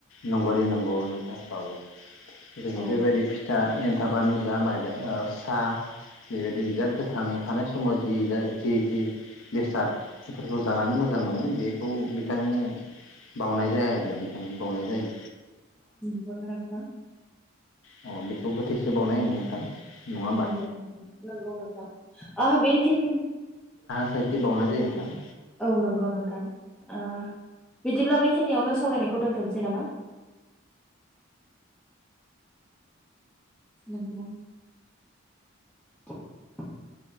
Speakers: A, on the left; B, in the centre.
A: नंगौ दे नंगौ नोंथाङ बावो जोंनि
B: औ
A: बेबायदि फिथा एन थाबानो जा माइब सा बेबायदि जा गोथाङै थानाय समाव जि जों जि-जि बेसादफोरखौ जानानै मोजां मोनो बेखौ बिथांनो बावनाय जाया आरो बिथाङा बावनाय जायो।
B: नंगौना नोंथां
A: अ बेखौबो गोथैसो बावनाय होनो नोंथां नङा होमबा
B: नंगौ नोंथां नंगौ नोंथा आ बे खिनि
A: साइटि बावनाय जायो नोंथां
B: औ नंगौ नोंथां ओ बिदिब्ला बे खिनियावनो सावरायनायखौ दोनथ'नोसै नामा? नंगौ द <unintelligible>